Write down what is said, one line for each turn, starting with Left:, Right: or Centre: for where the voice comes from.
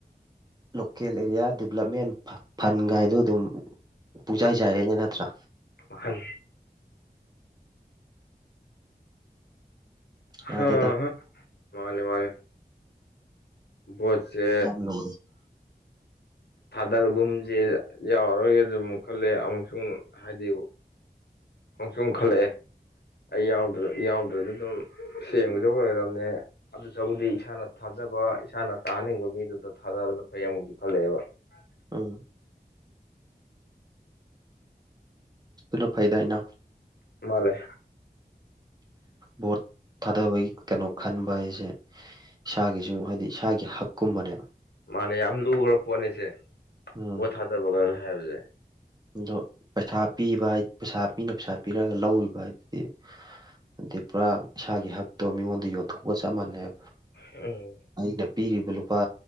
Right: ꯂꯣꯀꯦꯜ ꯑꯦꯔꯤꯌꯥ ꯗꯤꯕꯂꯞꯃꯦꯟ ꯐꯟꯒꯥꯏꯗꯣ ꯑꯗꯨꯝ ꯄꯨꯡꯆꯥꯏ ꯆꯥꯏꯔꯦꯅꯦ ꯅꯠꯇ꯭ꯔꯥ
Left: ꯎ
Right: ꯌꯥꯗꯦꯗ
Left: ꯍ ꯃꯥꯅꯦ ꯃꯥꯅꯦ ꯣꯠꯁꯦ
Right: ꯦ
Left: ꯊꯥꯗꯔꯒꯨꯝꯁꯦ ꯌꯥꯎꯔꯒꯦ ꯑꯗꯨꯝ ꯈꯜꯂꯦ ꯑꯃꯁꯨꯡꯨ ꯍꯥꯏꯗꯤ ꯍꯣꯡꯆꯨꯝꯈꯠꯂꯛꯑꯦ ꯑꯩꯗ꯭ꯔ ꯌꯥꯎꯗ꯭ꯔꯗꯤ ꯑꯗꯨꯝ ꯁꯦꯡꯕꯗꯣ ꯑꯣꯏꯔꯗꯕꯅꯦ ꯑꯗꯨ ꯆꯕꯨꯗꯤ ꯏꯁꯥꯅ ꯊꯥꯖꯕ ꯏꯁꯥꯅ ꯇꯥꯍꯟꯅꯤꯡꯕ ꯃꯤꯗꯨꯗ ꯊꯥꯖꯕꯅ ꯐꯩ ꯑꯃꯨꯛꯁꯨ ꯈꯜꯂꯛꯑꯦꯕ ꯑ
Right: ꯎꯝ ꯑꯗꯨꯅ ꯐꯥꯏꯗ ꯍꯥꯏꯅ
Left: ꯃꯥꯂꯦ
Right: ꯚꯣꯠ ꯊꯥꯗꯕꯩ ꯀꯩꯅꯣ ꯈꯟꯕ ꯍꯥꯏꯖ‌ꯦ ꯏꯁꯥꯒꯤꯁꯨ ꯍꯥꯏꯗꯤ ꯏꯁꯥꯒꯤ ꯍꯛꯀꯨꯝꯕꯅꯦꯕ
Left: ꯃꯥꯅꯦ ꯌꯥꯝ ꯂꯨꯈ꯭ꯔ ꯄꯣꯠꯅꯤꯁꯦ
Right: ꯎꯝ
Left: ꯕꯣꯠ ꯊꯥꯗꯕꯒ ꯍꯥꯏꯕꯁꯦ
Right: ꯑꯗꯣ ꯄꯩꯁꯥ ꯄꯤꯕ ꯍꯥꯏ ꯄꯩꯁꯥ ꯃꯤꯅ ꯄꯩꯁꯥ ꯄꯤꯔꯒ ꯂꯧꯔꯤꯕ ꯍꯥꯏꯗꯨꯗꯤ ꯑꯗꯤ ꯄꯨꯔꯥ ꯏꯁꯥꯒꯤ ꯍꯛꯇꯣ ꯃꯤꯉꯣꯟꯗ ꯌꯣꯟꯊꯣꯛꯄꯒ ꯆꯞ ꯃꯥꯟꯅꯩꯕ
Left: ꯎꯝ
Right: ꯑꯩꯅ ꯄꯤꯔꯤꯕ ꯂꯨꯄꯥ